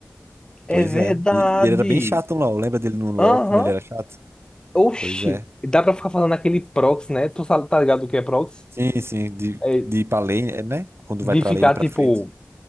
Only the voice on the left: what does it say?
É
verdade.
Aham.
Oxi.
Dá pra ficar falando aquele proxy, né? Tu sabe, tá ligado o que é proxy?
É
de
ficar,
tipo,